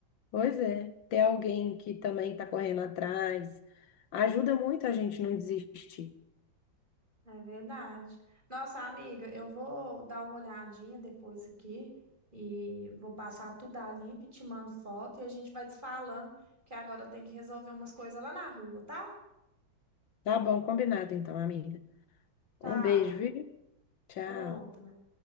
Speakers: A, on the left; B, on the right.
A: pois é, ter alguém que também está correndo atrás ajuda muito a gente não desistir.
B: É verdade. Nossa, amiga, eu vou dar uma olhadinha depois aqui e vou passar tudo a limpo e te mando foto e a gente vai te falando que agora eu tenho que resolver umas coisas lá na rua, tá?
A: Tá bom, combinado então, amiga.
B: Tchau.
A: Um beijo, viu? Tchau.
B: Outra.